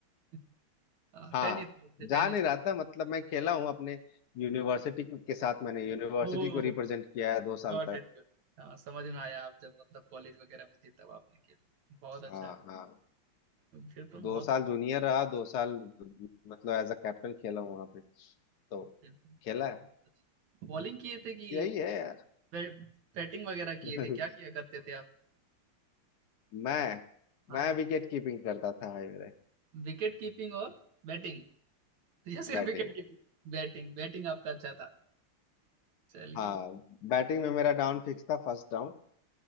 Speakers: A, on the right (about 70°); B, on the left (about 75°).
A: <laughs> हाँ
B: हाँ
A: टेनिस खेलते tennis
B: जा नहीं रहा था मतलब मैं खेला हूँ अपने यूनिवर्सिटी के साथ मैंने यूनिवर्सिटी
A: Oh
B: को रिप्रेजेंट किया है दो साल
A: got
B: तक
A: it got हाँ समझ में आया आप जब मतलब कॉलेज वगैरह में थे तब आपने खेला बहुत अच्छा
B: हाँ
A: है
B: हाँ
A: फिर तो
B: दो
A: बहुत
B: साल
A: अच्छा
B: जूनियर रहा दो साल मतलब एज अ कैप्टन खेला हूँ वहाँ पे तो
A: खेलते हैं।
B: खेला है
A: बहुत अच्छा बॉलिंग किए थे कि
B: यही है यार
A: बै- बैटिंग वगैरह
B: <laughs>
A: किए थे क्या किया करते थे आप
B: मैं
A: हाँ
B: मैं
A: जी
B: विकेट कीपिंग करता था भाई मेरे
A: विकेट कीपिंग और बैटिंग <laughs> या सिर्फ
B: बैटिंग
A: विकेट कीपिंग बैटिंग बैटिंग आपका अच्छा था चलिए
B: हाँ बैटिंग में मेरा डाउन फिक्स था फर्स्ट डाउन